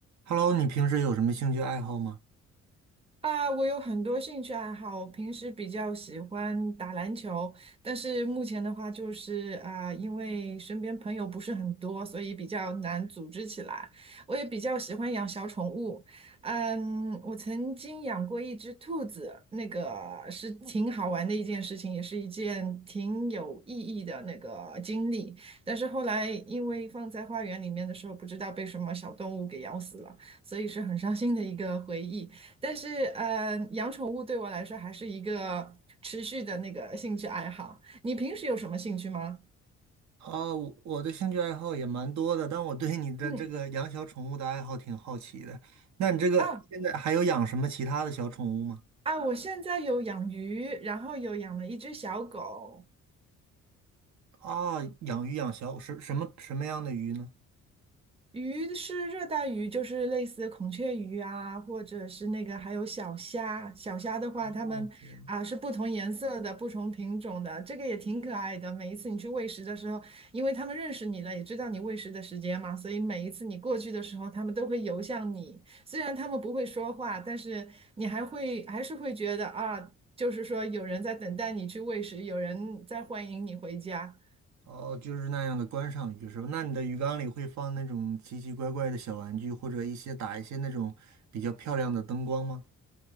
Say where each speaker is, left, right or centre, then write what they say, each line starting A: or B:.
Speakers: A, on the right; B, on the right.
A: Hello，你平时有什么兴趣爱好吗？
B: 啊，我有很多兴趣爱好，我平时比较喜欢打篮球，但是目前的话就是啊，因为身边朋友不是很多，所以比较难组织起来。我也比较喜欢养小宠物，嗯，我曾经养过一只兔子，那个是挺好玩的一件事情，也是一件挺有意义的那个经历。但是后来因为放在花园里面的时候，不知道被什么小动物给咬死了，所以是很伤心的一个回忆。但是，呃，养宠物对我来说还是一个持续的那个兴趣爱好。你平时有什么兴趣吗？
A: 啊，我我的兴趣爱好也蛮多的，但我对你的这个养小宠物的爱好挺好奇的。
B: 嗯，
A: 那你这个现在还有养什么其他的小宠物吗？
B: 啊啊，我现在有养鱼，然后有养了一只小狗。
A: 啊，养鱼养小什什么什么样的鱼呢？
B: 鱼是热带鱼，就是类似孔雀鱼啊，或者是那个还有小虾。小虾的话，
A: 哦，
B: 它们啊是不同颜色的、
A: 这样，
B: 不同品种的，这个也挺可爱的。每一次你去喂食的时候，因为它们认识你了，也知道你喂食的时间嘛，所以每一次你过去的时候，它们都会游向你。虽然它们不会说话，但是你还会还是会觉得啊，就是说有人在等待你去喂食，有人在欢迎你回家。
A: 哦，就是那样的观赏鱼是吧？那你的鱼缸里会放那种奇奇怪怪的小玩具，或者一些打一些那种比较漂亮的灯光吗？